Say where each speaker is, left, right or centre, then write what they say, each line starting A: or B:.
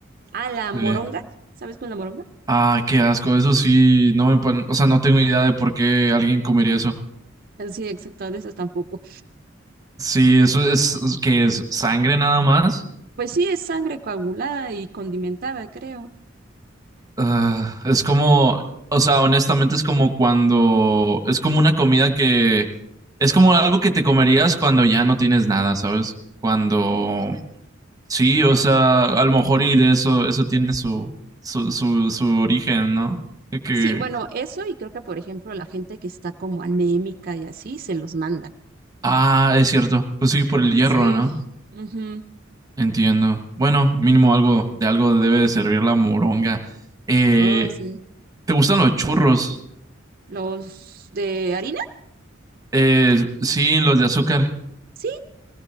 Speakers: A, on the right; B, on the right.
A: Ah, la
B: Sí.
A: moronga, ¿sabes cuál es la moronga?
B: Ah, qué asco, eso sí, no me, pon- o sea, no tengo idea de por qué alguien comería eso.
A: Ah, Sí, exacto, de esas tampoco.
B: Sí, eso es, que es sangre nada más.
A: Pues sí, es sangre coagulada y condimentada, creo.
B: Ah, es como, o sea, honestamente es como cuando, es como una comida que, es como algo que te comerías cuando ya no tienes nada, ¿sabes? Cuando, sí, o sea, a lo mejor y de eso, eso tiene su, su, su, su origen, ¿no? De que,
A: Sí, bueno, eso y creo que por ejemplo la gente que está como anémica y así se los manda.
B: ah, es cierto, pues sí, por el hierro,
A: Sí.
B: ¿no?
A: ujú,
B: Entiendo. Bueno, mínimo algo de algo debe de servir la moronga. Eh,
A: Ay, sí.
B: ¿te gustan los churros?
A: ¿Los de harina?
B: Eh, sí, los de azúcar.
A: Sí.